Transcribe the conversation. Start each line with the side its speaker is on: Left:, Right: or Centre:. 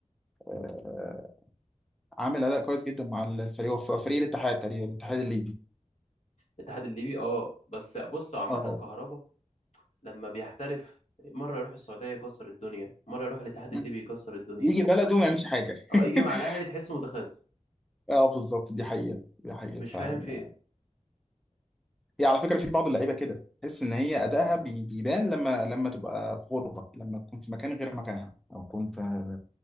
Centre: آه، عامل اداء كويس جدا مع الفريق هو فريق الاتحاد تقريبا الاتحاد الليبي
Left: الاتحاد الليبي اه بس بص هو عامه
Centre: اه
Left: كهربا لما بيحترف مره يروح السعوديه يكسر الدنيا مره يروح الاتحاد
Centre: مم.
Left: الليبي يكسر الدنيا
Centre: يجي بلده وما يعملش حاجه
Left: او يجي مع
Centre: <laughs>
Left: الاهلي تحسه متخاذل
Centre: اه بالظبط دي حقيقه دي حقيقه
Left: مش
Centre: فعلا
Left: فاهم في ايه
Centre: هي على فكره في بعض اللعيبه كده تحس ان هي ادائها بي- بيبان لما لما تبقى في غربه لما تكون في مكان غير مكانها او تكون في